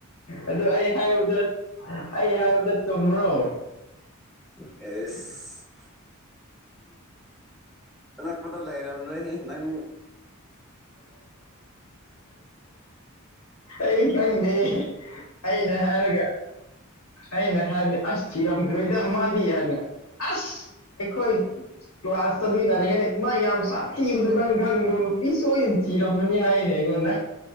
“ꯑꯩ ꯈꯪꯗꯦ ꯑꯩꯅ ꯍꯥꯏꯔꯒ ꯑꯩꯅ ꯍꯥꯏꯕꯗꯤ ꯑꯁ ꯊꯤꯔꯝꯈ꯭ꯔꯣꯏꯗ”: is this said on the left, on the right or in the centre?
Left